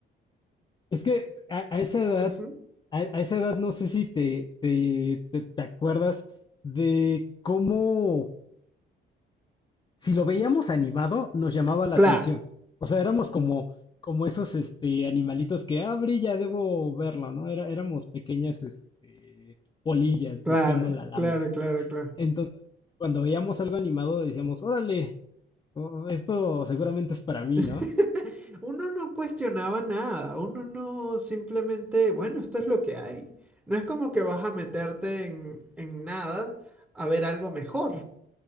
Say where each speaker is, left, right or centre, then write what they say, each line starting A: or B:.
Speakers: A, on the left; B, in the centre.
A: Es que a, a esa edad,
B: Ujú.
A: a, a esa edad no sé si te, te, te, te acuerdas de cómo si lo veíamos animado, nos llamaba la atención.
B: Claro.
A: O sea, éramos como, como esos este, animalitos que, ah, brilla, debo verlo, ¿no? Era, éramos pequeñas este, polillas
B: Claro,
A: buscando la lámpara.
B: claro, claro, claro.
A: Entonces, cuando veíamos algo animado, decíamos, órale, oh, esto seguramente es para mí, ¿no?
B: <laughs> Uno no cuestionaba nada, uno no simplemente, bueno, esto es lo que hay. No es como que vas a meterte en, en nada a ver algo mejor.